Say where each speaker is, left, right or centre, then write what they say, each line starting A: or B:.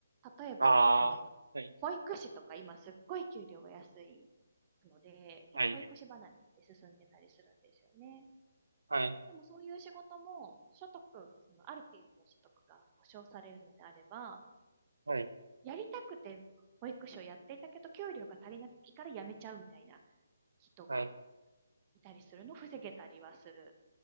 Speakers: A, on the right; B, on the right.
A: 例えば、
B: ああ、
A: えっと、
B: はい、
A: 保育士とか今すっごい給料が安いので、結構保育士離れって進んでたりするんですよね。
B: はい、はい、
A: でもそういう仕事も所得、そのある程度の所得が保障されるのであれば、
B: はい、
A: やりたくて保育士をやっていたけど、給料が足りないから辞めちゃうみたいな人が
B: はい。
A: いたりするのを防げたりはする